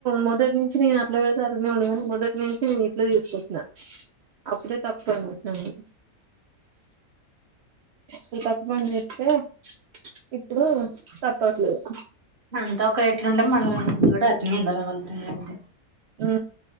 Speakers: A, on the right (about 60°); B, on the right (about 40°).
A: మొదటి నుంచి నేను అట్లే పెడతా అట్లనే ఉండేగాని మొదటి నుంచి నేను ఇట్ల చేసుకొచ్చిన అప్పుడే తప్పు అనిపిస్తుంది ఇప్పుడు తప్పు పని చెప్తే ఇప్పుడు తప్పవట్లేదు
B: అంత ఒకరు ఎట్లుండే మనం కూడా అట్లే నే బలవంతం అంటే
A: ఆ